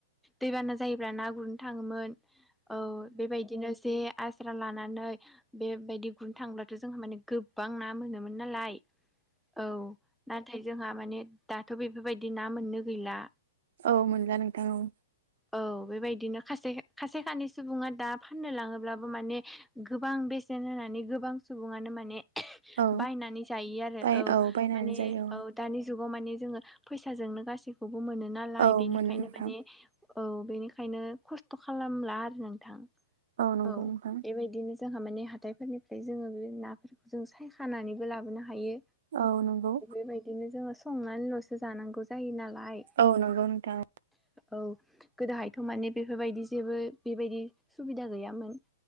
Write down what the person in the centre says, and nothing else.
दैबाना जायोब्ला ना गुरनो थाङोमोन औ बेबायदिनो जे आस्रा लानानै बेबायदि गुनो थांब्लाथ' जोंहा माने गोबां ना मोनोमोन नालाय औ थाय जोंहा माने दाथ' बेफोरबायदि ना मोननो गैला
औ बेबायदिनो खासे खासे खानि सुबुङा दा फाननो लाङोब्लाबो माने गोबां बेसेन होनानै गोबां सुबुङानो माने
बायनानै जायो आरो
औ
माने
औ दानि जुगाव माने जोङो फैसाजोंनो गासैखौबो मोनो नालाय
बेनिखायनो
माने औ बेनिखायनो खस्थ' खालामला आरो नोंथां
औ
बेबाय दिनो जोंहा माने हाथाइफोरनिफ्राय जोङो बे नाफोरखौ जों सायखानानैबो लाबोनो हायो।
बेबायदिनो जोङो संनानैल'सो जानांगौ जायो नालाय
औ गोदोहायथ' माने बेफोरबायदि जेबो बेबायदि सुबिदा गैयामोन।